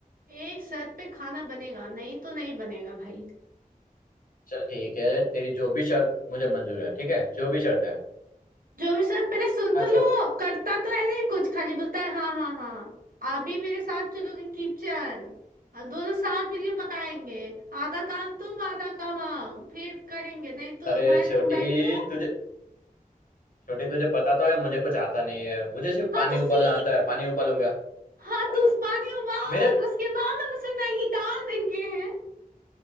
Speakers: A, on the right; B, on the left.
A: एक शर्त पे खाना बनेगा नहीं तो नहीं बनेगा भाई
B: चल ठीक है तेरी जो भी शर्त मुझे मंजूर है ठीक है जो भी शर्त है
A: जो भी शर्त पहले सुन
B: हाँ
A: तो लो
B: शर्त
A: करता तो है नहीं कुछ खाली बोलता है हाँ हाँ हाँ आप भी मेरे साथ चलोगे किचन और दोनों साथ मिलकर पकाएंगे आधा काम तुम आधा काम हम फिर करेंगे नहीं तो
B: अरे
A: भाई
B: छोटी
A: तुम बैठो
B: तुझे छोटी तुझे पता तो है मुझे कुछ आता नहीं है मुझे सिर्फ
A: हाँ
B: पानी
A: तो सीख
B: उबालना आता है पानी उबालूंगा
A: हाँ
B: अरे
A: तो उस पानी उबाल
B: मेरे
A: उसके बाद हम उसे मैगी डाल देंगे